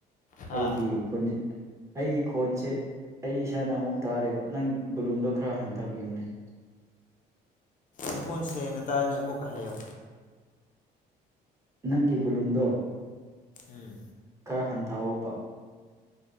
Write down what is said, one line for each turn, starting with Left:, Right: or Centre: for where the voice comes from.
Left: ꯍꯥ
Right: ꯑꯩꯒꯤ ꯐꯣꯟꯁꯦ ꯑꯩꯒꯤ ꯈꯣꯟꯁꯦ ꯑꯩ ꯏꯁꯥꯅ ꯑꯃꯨꯛ ꯇꯥꯔꯦꯕ ꯅꯪ ꯕꯣꯂꯨꯝꯗꯣ ꯈꯔ ꯍꯟꯊꯕꯤꯌꯨꯅꯦ꯫ <inaudible>
Left: ꯅꯈꯣꯟ ꯁꯦꯡꯅ ꯇꯥꯏꯅꯦ ꯑꯃꯨꯛꯀ ꯍꯥꯏꯌꯨ꯫
Right: ꯅꯪꯒꯤ ꯕꯣꯂꯨꯝꯗꯣ
Left: ꯎꯝ
Right: ꯈꯔ ꯍꯟꯊꯧꯕ